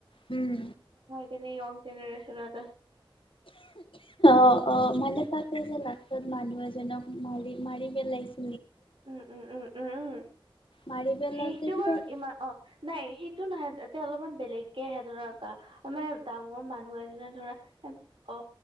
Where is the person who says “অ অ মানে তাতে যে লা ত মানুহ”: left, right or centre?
Left